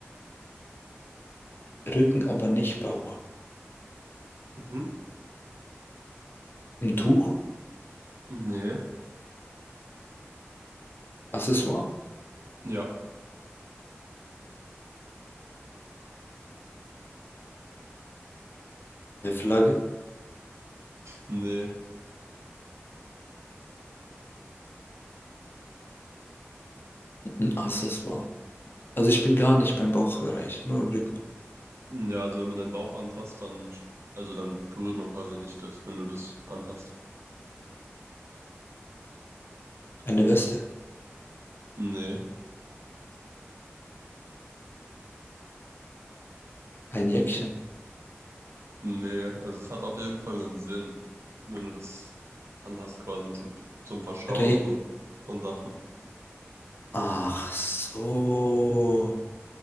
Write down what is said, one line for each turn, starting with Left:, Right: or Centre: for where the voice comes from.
Left: Rücken, aber nicht Bauch.
Right: Mhm.
Left: Ein Tuch,
Right: Nee.
Left: Accessoire.
Right: Ja,
Left: Eine Flagge,
Right: nee.
Left: ein Accessoire. Also ich bin gar nicht beim Bauchbereich, nur im Rücken.
Right: Ja, also wenn man deinen Bauch anfasst, dann, also dann berührt man quasi nicht das, wenn du das anhast.
Left: Eine Weste,
Right: Nee,
Left: ein Jäckchen,
Right: nee, also es hat auf jeden Fall einen Sinn, wenn du das anhast, quasi zum, zum Verstauen
Left: Regen.
Right: von, von Sachen.
Left: Ach so,